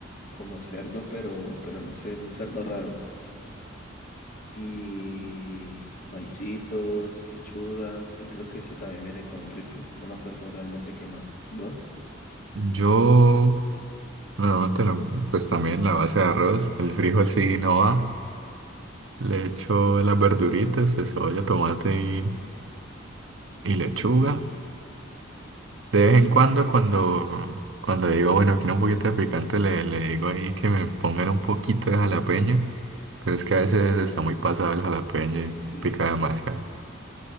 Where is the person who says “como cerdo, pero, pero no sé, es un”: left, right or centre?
Left